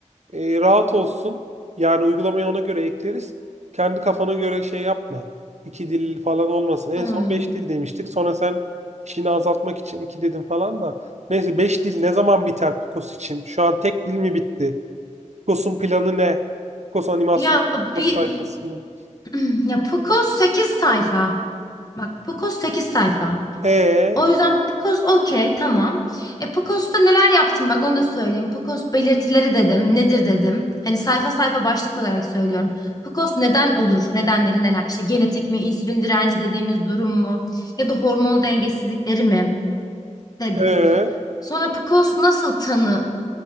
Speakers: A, on the right (about 60°); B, on the left (about 30°).
A: E, rahat olsun. Yani uygulamayı ona göre ekleriz. Kendi kafana göre şey yapma. İki dil falan olmasın. En
B: Hmm.
A: son beş dil demiştik. Sonra sen işini azaltmak için iki dedin falan da. Neyse beş dil ne zaman biter Picos için? Şu an tek dil mi bitti? Picos'un planı ne? Picos animasyonu,
B: Ya
A: Picos
B: bir
A: sayfasının.
B: <clears throat> ya Pukos 8 sayfa. Bak Pukos 8 sayfa.
A: Ee,
B: O yüzden Pukos okey tamam. E Pukos'ta neler yaptım bak onu da söyleyeyim. Pukos belirtileri dedim. Nedir dedim. Hani sayfa sayfa başlık olarak söylüyorum. Pukos neden olur? Nedenleri neler? İşte genetik mi? insülin direnci dediğimiz durum mu? Ya da hormon dengesizlikleri mi? Dedim.
A: E, ö.
B: Sonra Pukos nasıl tanı